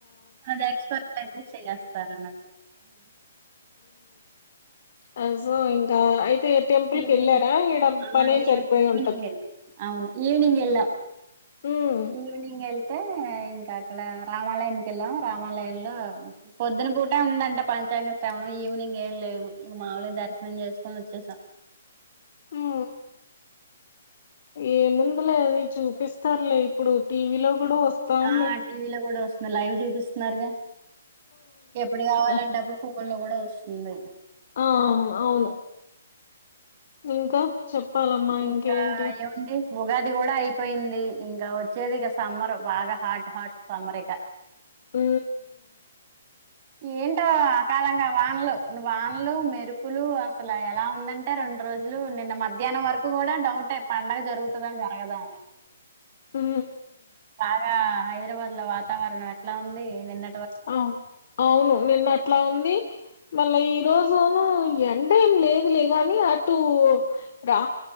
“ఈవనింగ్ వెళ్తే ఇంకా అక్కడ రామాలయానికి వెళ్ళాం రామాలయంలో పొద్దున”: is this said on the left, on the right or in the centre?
Right